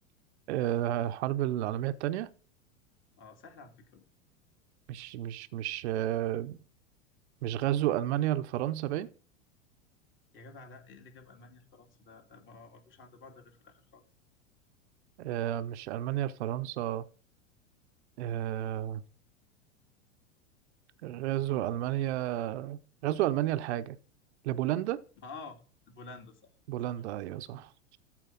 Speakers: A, on the right; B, on the left.
A: آه، الحرب العالمية التانية
B: اه سهل على فكره
A: مش مش مش آه، مش غزو ألمانيا لفرنسا باين
B: يا جدع لا ايه اللي جاب المانيا لفرنسا ده, ده ما ما جوش عند بعض غير في الاخر خالص
A: آه، مش ألمانيا لفرنسا آه، غزو ألمانيا غزو ألمانيا لحاجة لبولندا
B: ما اه بولندا صح
A: بولندا
B: صح
A: أيوة صح